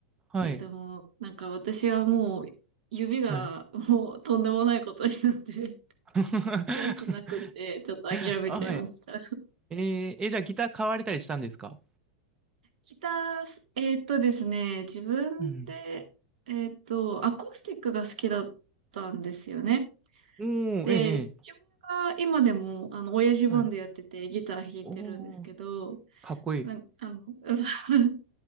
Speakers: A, on the right; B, on the right.
A: はい、
B: いや、でも、なんか私はもう、指がもうとんでもないことになって、
A: はい。
B: <laughs>
A: <laughs>
B: センスなくって、ちょっと諦めちゃいました。
A: あ、はい。えーえ、じゃあギター買われたりしたんですか
B: ギター、えーっとですね、自分で、
A: うん。
B: えーっと、アコースティックが好きだったんですよね。
A: おー、
B: で、
A: ええ、
B: 父親が今でも、
A: ええ
B: あの、親父バンドやっててギター弾いてるんですけど、
A: はい。おー、かっこいい。
B: なん、あの、<laughs>